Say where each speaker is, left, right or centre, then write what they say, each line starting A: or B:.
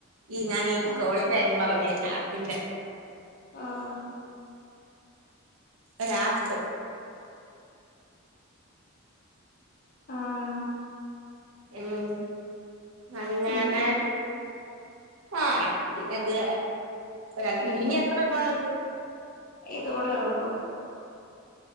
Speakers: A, on the right (about 75°); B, on the left (about 40°).
A: ഈ ഞാൻ ഈ
B: ആഹ്
A: കോളിന്റെ കാര്യം പറഞ്ഞ് ആപ്പിന്റെ
B: ആഹ്
A: ഒരാപ്പ്
B: ആഹ്
A: ഉം അങ്ങനെ
B: പിന്നെ
A: ആഹ് പിന്നെന്ത് രണ്ട്
B: പിന്നെ
A: ഇനി എത്ര കോള്ണ്ട്?
B: ഇതോടെ ഒള്ളൂ.